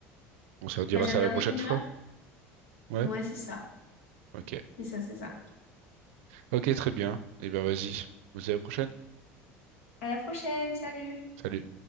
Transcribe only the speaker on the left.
Bah j'ai
regardé
une
heure.
Ouais, c'est ça.
C'est ça, c'est ça.
À la prochaine, salut!